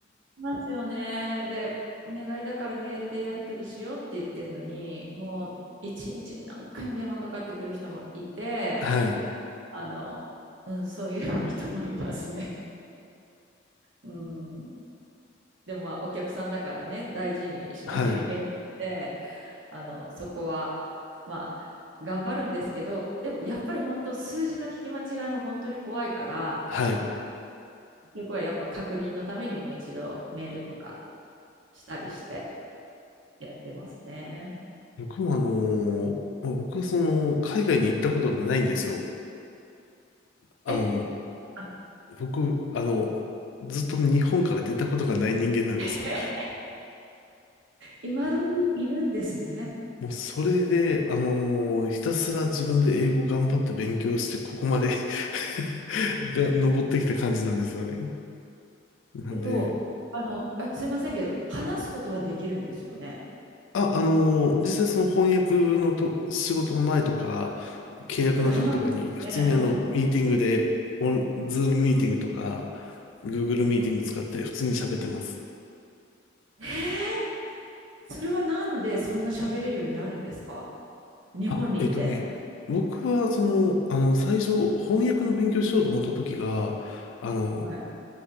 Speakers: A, on the right; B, on the left.
A: いますよね。で、お願いだからメールでやり取りしようって言ってるのに、もう一日に何回も電話かかってくる人もいて、
B: はい。
A: あの、うん、そういう人もいますね。うん。でもまあお客さんだからね、大事にしなきゃいけなくて、
B: はい。
A: あのそこは、まあ、頑張るんですけど、でもやっぱり本当、数字の聞き間違いも本当に怖いから、
B: はい。
A: 結局はやっぱ確認のためにもう一度メールとかしたりしてやってますね。
B: 僕もあのーまあ僕はその、海外に行ったことがないんですよ。あの、
A: え、あ
B: 僕、あの、ずっと日本から出たことがない人間なんですよ。
A: <laughs> 今時いるんですね。
B: もうそれで、あのーひたすら自分で英語頑張って勉強して、ここまで <laughs> が、登ってきた感じなんですよね。なんで、
A: けど、あの、あすいませんけど、話すことはできるんですよね。
B: あ、あのー実際その翻訳のと仕事の前とか、契約の時とかに、
A: だって話すことね。
B: 普通にあの、
A: うん、
B: ミーティングで、オン、ズームミーティングとか、Google ミーティング使って普通に喋ってます。
A: えー、それはなんでそんな喋れるようになるんですか日本にいて。
B: あ、えっとね、僕はその、あの、最初、翻訳の勉強しようと思った時が、あの、
A: はい。